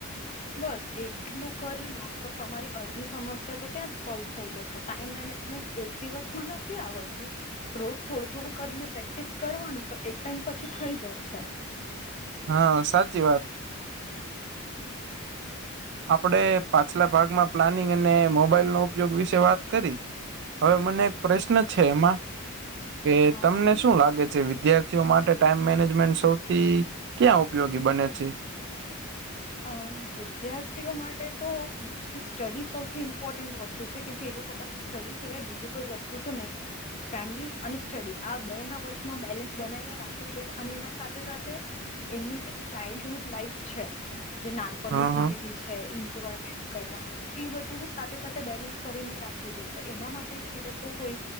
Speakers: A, on the left; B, on the right.
A: બસ એટલું કરી લો તો તમારી અડધી સમસ્યા તો ત્યાં જ સોલ્વ થઈ જશે ટાઈમ મેનેજમેન્ટ એક દિવસમાં નથી આવડતું રોજ થોડું થોડું કરીને પ્રેક્ટિસ કરવાનું તો એક ટાઈમ પછી થઈ જાય છે
B: હા સાચી વાત આપડે પાછલા ભાગમાં પ્લાનિંગ અને મોબાઈલ નો ઉપયોગ વિશે વાત કરી હવે મને એક પ્રશ્ન છે એમાં કે
A: હા
B: તમને
A: બોલો
B: શું લાગે છે વિદ્યાર્થીઓ માટે ટાઈમ મેનેજમેન્ટ સૌથી ક્યાં ઉપયોગી બને છે
A: આ વિદ્યાર્થીઓ માટે તો સ્ટડી સૌથી ઇમ્પોર્ટન્ટ વસ્તુ છે કેમ કે એ લોકો પાસે સ્ટડી સિવાય બીજી કોઈ વસ્તુ તો નહીં હોય ફેમિલી અને સ્ટડી આ બે ના વચમાં બેલેન્સ બનાવીને રાખવું જોઈએ અને એના સાથે સાથે એમની જે ચાઇલ્ડહુડ લાાઈફ છે જે નાનપણની
B: હ
A: જિંદગી
B: હ
A: છે એન્જોયમેન્ટ કરવાનું એ બધું બી સાથે સાથે બેલેન્સ કરીને રાખવું જોઈએ તો એના માટે એ લોકો કોઈ